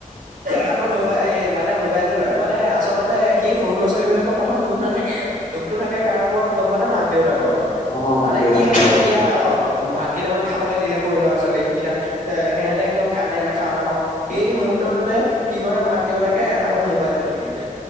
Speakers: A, on the right; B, on the left.
A: হাতত মোবা, এ মানে, মোবাইলটো লয়। মানে, আচলতে সেই, সৰু ল'ৰা-ছোৱালীবিলাকক প্ৰথম দোষ নাথাকে, দোষটো থাকে কাৰ ওপৰত গম পোৱনে? মাক-দেউতাকৰ ওপৰত।
B: অ মাক
A: মানে
B: দেউতাকৰ
A: কি হয়! এতিয়া, অ'! ভাত কেইটামান খাবলৈ দিলে, সৰু ল'ৰা-ছোৱালী কেইটাক। এ, সেহঁতে একদম, কান্দে নেখাওঁ-নেখাওঁ। এই মুহূৰ্তটোতে কি কৰে, মাক-দেউতাকে? হাতত মোবাইলটো তুলি দিয়ে।